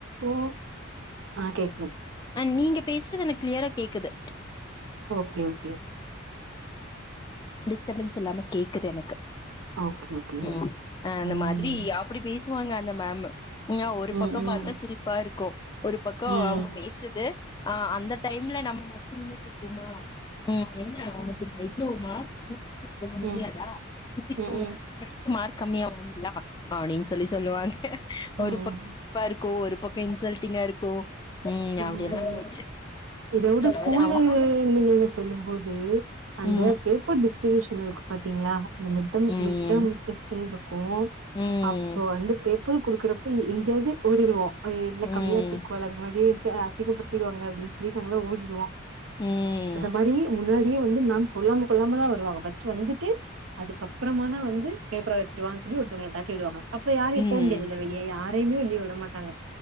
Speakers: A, on the right; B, on the left.
A: ஓ ஆ கேக்து
B: ஆ நீங்க பேசுறது எனக் க்ளியரா கேக்குது
A: ஓகே ஓகே
B: டிஸ்டபன்ஸ் இல்லாம கேக்குது எனக்கு
A: ஓகே, ஓகேங்க.
B: ம் ஆ இந்த
A: ம்.
B: மாதிரி அ ப்டி பேசுவாங்க அந்த மேமு அ ஒரு
A: ம்,
B: பக்கம்
A: ம்,
B: பாத்தா சிரிப்பா இருக்கு ஒரு பக்கோ
A: ம், ம்,
B: அவுங் பே சுறது அ அந்த டைம்ல நம்ம மட்டு நின்னுட்ருப்போமா ம் என்ன ஒனக்கு <unintelligible> இல்ல ஒரு மா தூக்கிட் போக
A: ம்,
B: முடியாதா தூக்கிட்
A: ம்,
B: போக கஷ்டப்பட்டு மார்க் கம்மியா வாங்கிலியா அப்டின் சொல்லி சொல்லுவாங்க
A: ம்.
B: ஒரு பக்க சிரி ப்பா இருக்கு ஒரு பக்க இன்சல்ட்டிங்கா இருக்கு ம் அப்டியெல்லா
A: ம்
B: போச்சு
A: இத உட
B: சொன்ன
A: ஸ்கூல்ல
B: மாரி அவங்க
A: இருந்திங்க சொல்லும் போது அந்த
B: ம்
A: பேப்பர் டிஸ்ட்ரிபியூஷன் இருக்கு பாத்தீங்ளா இந்த மிட்டம்
B: ம்
A: மிட்டம் டெஸ்ட்டுன் இருக்கு
B: ம்
A: அப்ப வந்து பேப் போ குடுக்கறப்ப எங்கயாது ஓடிருவோ இல்ல
B: ம்
A: கம்மியா எடுத்துர்கோல்ல அது மாரியே இருந்துச்சே அசிங்க படுத்திரு திட்டுவாங்க அப்புன்னு சொல்லி நாங்கள ஓடிடுவோம்
B: ம்
A: மாதிரி முன்னாடியே வந்து மேம்ச கொல்லாம கொல்லாமதா வருவாங்க ஃர்ஸ்ட் வந்துட்டு அதுக்கப்றமாதா வந்து கைப்படம் பேப்பர் எடுத்துடுவான்னு சொல்லி ஒருத்தவங்களை தாட்டி விடுவாங்க அப்ப யாரையு
B: ம்
A: போ முடியாதுல்ல வெளிய யாரையுமே வெளிய விட மாட்டாங்க